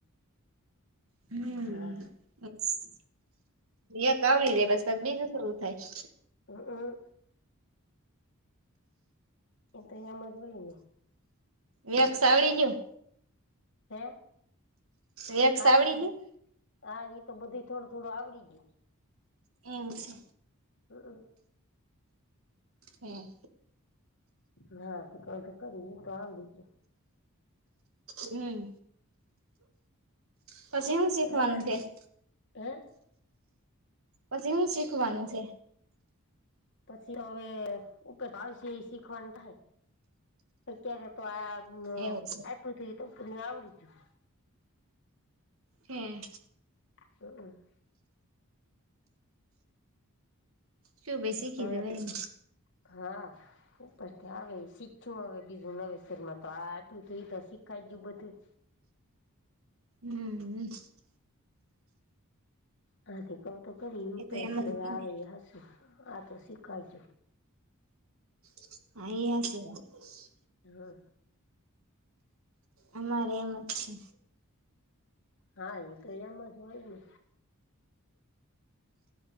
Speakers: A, on the right; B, on the left.
A: હમ.
B: હા
A: બસ એક આવડી જાય પછી પાહુ બીજું પૂરું થાય.
B: હ હમ, એ તો એમ જ હોય ને.
A: વેક્સ આવડી ગયું?
B: હે
A: વેક્સ
B: હા
A: આવડી ગયું
B: હા ઈ તો બધું થોડું થોડું આવડી ગ્યું.
A: એવું છે?
B: હ અ.
A: હમ.
B: હા <inaudible> તો કર તો આવડી ગ્યું.
A: હમ. પછી હું શીખવાનું
B: હવે
A: ત્યાં?
B: હે
A: પછી હું શીખવાનું છે?
B: પછી હવે ઉપરાવાશે એ શીખવાનું થાય. અત્યારે તો આ અ
A: એવું
B: આપ્યું તું એતો તને આવડી ગયું.
A: હમ.
B: હ અ.
A: શું કે શીખી
B: હવે
A: જવાય.
B: તો હા, ઉપરથી આવે એ શીખ્યું અવે. બીજુના વિષયમાં તો આ આપ્યું હતું એ શીખાઈ ગયું બધું.
A: <unintelligible>
B: હાથી કઉ તો કરી ઉપેર
A: એ તો એમ
B: થી
A: જ
B: હવે
A: હોય
B: આવે
A: ને
B: હસુ આતો શીખાયજ.
A: <unintelligible>
B: હા.
A: અમારે એમ જ છે.
B: હા એ તો એમ જ હોય ને?